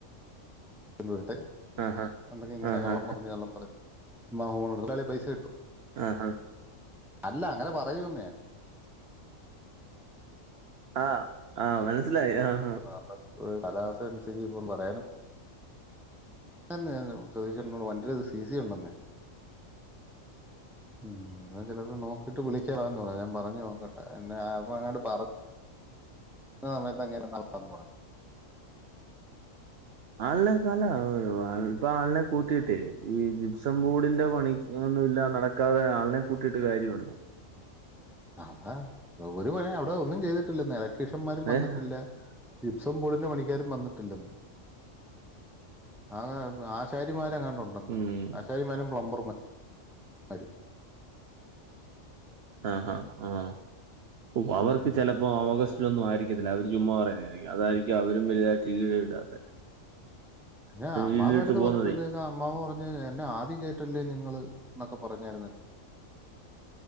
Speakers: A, in the centre; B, on the right.
A: കൊണ്ടുവരട്ടെ
B: ആ ഹാ
A: എന്തെങ്കിലും ഇങ്ങനെ
B: ആ ഹാ
A: കള്ളം പറഞ്ഞ് കള്ളം പറഞ്ഞ് അമ്മാമ്മ ഫോണ് എടുത്ത് അന്നാലെ പൈസ കിട്ടു.
B: ആഹ് ഹാ
A: അല്ല അങ്ങനെ പറയൂന്ന് ഞാൻ
B: ആഹ് ആഹ് മനസ്സിലായി ആഹ്
A: ഇപ്പോ ഒരു കാലാവസ്ഥ അനുസരിച്ച് ഇപ്പോ പറയാനും, <unintelligible> സതീഷേട്ടന്നോട് വണ്ടിയുടെ സി സി ഉണ്ടെന്നെ ഉം അന്നാ ചെലപ്പോ നോക്കിട്ട് വിളിക്കറാ ന്ന് പറഞ്ഞു. ഞാൻ പറഞ്ഞ് നോക്കട്ടെ എന്നെ അപ്പോങ്ങാണ്ട് പറഞ്ഞ് കിട്ടുന്ന സമയത്ത് അങ്ങേര് നല്ലതാന്ന് പറയും
B: ആളിന്നെയൊക്കെ നല്ലതാ ഇപ്പോ ആളിനെ കൂട്ടിയിട്ടേ ഈ ജിപ്സം ബോർഡിന്റെ പണിക്ക് ഇങ്ങനൊന്നുമില്ലാതെ നടക്കാതെ ആളിനെ കൂട്ടിയിട്ട് കാര്യമുണ്ടോ
A: അതാ ഒരു പണിയും അവിടെ ഒന്നും ചെയ്തിട്ടില്ലന്നേ ഇലക്ട്രീഷ്യന്മാരും വന്നിട്ടില്ല
B: ഏഹ്?
A: ജിപ്സം ബോർഡിന്റെ പണിക്കാരും വന്നിട്ടില്ലെന്ന് ആകെ ആശാരിമാരെങ്ങാണ്ട് ഉണ്ടന്ന്
B: മ്മ്.
A: ആശാരിമാരും പ്ലംബർമാരും
B: ആഹ് ആഹ് ആ അവർക്ക്
A: ഉം.
B: ചിലപ്പോ ഓഗ വീട്ടിലൊന്നും ആയിരിക്കത്തില്ല അവര് ചുമ്മാ പറയുന്നത് ആയിരിക്കും അതായിരിക്കും അവരും വലുതായിട്ട് ഈട് ഇടാത്തെ
A: ഞാൻ അമ്മാമ്മേടെ
B: ഈട് ഇട്ട്
A: അടുത്ത്
B: പോകുന്നതേ.
A: പറഞ്ഞപ്പോഴത്തെക്ക് ആ അമ്മാമ്മ പറഞ്ഞ് എന്നെ ആധി കേറ്റല്ലേ നിങ്ങള് എന്നൊക്കെ പറഞ്ഞായിരുന്നല്ലോ